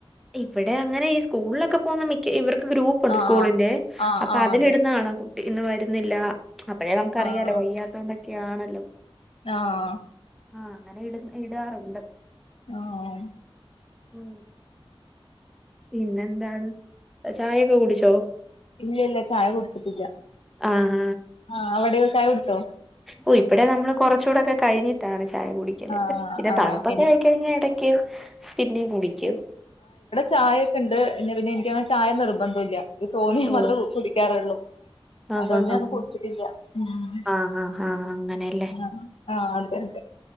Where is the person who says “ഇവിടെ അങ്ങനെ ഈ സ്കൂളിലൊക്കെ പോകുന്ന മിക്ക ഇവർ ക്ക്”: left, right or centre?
Centre